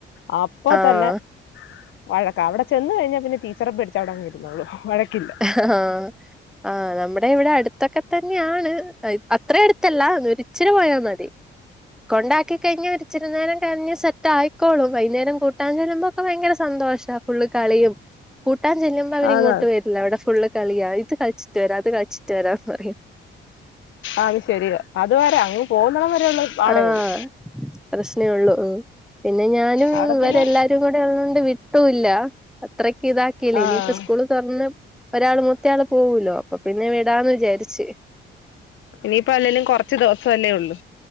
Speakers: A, on the left; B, in the centre.
A: അ ഇപ്പോ
B: ആഹ്
A: തന്നെ വഴക്കാ അവടെ ചെന്ന് കയിഞ്ഞാ പിന്നെ ടീച്ചറെ പേടിച്ച് അവടെ അങ്ങ് ഇര്ന്നോളൂ വഴക്കില്ല
B: ആഹ് ആഹ് നമ്മടെ ഇവടെ അട്ത്തൊക്കെ തന്നെയാണ് അത്ര അട്ത്താല്ല ഒര് ഇച്ചിരി പോയാ മതി കൊണ്ടാക്കി കയിഞ്ഞാ ഒര് ഇച്ചിരി നേരം കരഞ്ഞ സെറ്റ് ആയിക്കോളും വൈന്നേരം കൂട്ടാൻ ചെല്ലമ്പ്പോക്കെ ബയങ്കര സന്തോഷാ ഫുള്ള് കളിയും കൂട്ടാൻ ചെല്ല്മ്പോ അവര്
A: ആണോ
B: ഇങ്ങോട്ട് വെരില്ല അവടെ ഫുള്ള് കളിയാ ഇത് കളിച്ചിട്ട് വെരാം അത് കളിച്ചിട്ട് വെരാന്ന് പറയും
A: ആഹ് അത് ശരിയ അതുവരെ അങ്ങ് പൊന്നിടം വരെയുള്ള പാടെയുള്ളു
B: ആഹ് പ്രശ്നേ ഉള്ളൂ പിന്നെ ഞാനും
A: അവിടെ
B: ഇവരെല്ലാവരും
A: പിന്നെ
B: <unintelligible> അത്രക്ക് ഇതാക്കില്ല
A: ആഹ്
B: ഇനിപ്പോ സ്കൂൾ ഒരാൾ മൂത്താള് പൂവൂലോ അപ്പോ വിടാന്ന് വിചാരിച്
A: ഇനിപ്പം അല്ലെലും കുറച്ച് ദിവസേല്ലേ ള്ളൂ